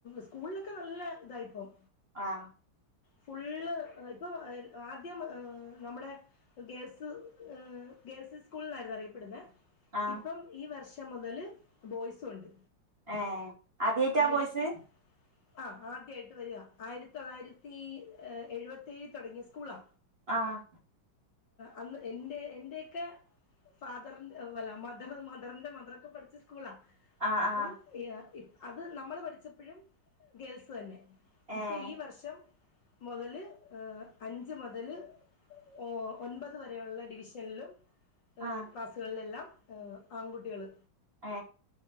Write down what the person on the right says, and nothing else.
ആഹ്
ആഹ്
ഏഹ് ആദ്യായിട്ടാ
വോയിസ്
ആഹ്
ആഹ്
ആഹ്
ഏഹ്
ആഹ്
ഏ